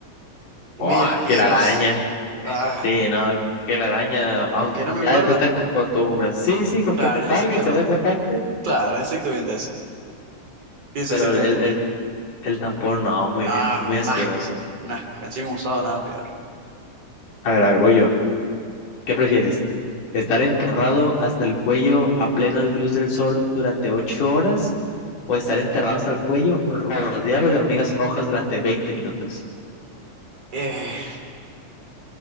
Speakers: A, on the right (about 50°); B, on the left (about 70°).
A: Es
B: Oh,
A: medio asqueroso.
B: que la araña.
A: Ah,
B: Sí, no, que la araña, aunque
A: con que no me
B: ya
A: muerda,
B: después te acostumbras. Sí, sí, con
A: claro,
B: que se salga
A: exactamente.
B: y se vaya a otra parte.
A: Claro, exactamente así. Pienso
B: Pero
A: exactamente
B: el,
A: lo mismo.
B: el El tampón, no, muy,
A: Ah,
B: muy
A: un
B: asqueroso.
A: asco, un asco. Encima usado nada peor.
B: A ver, a ver, voy yo. ¿Qué prefieres? ¿Estar enterrado hasta el cuello a plena luz del sol durante ocho horas? ¿O estar enterrado hasta el cuello rodeado de hormigas rojas durante 20 minutos?
A: Eh,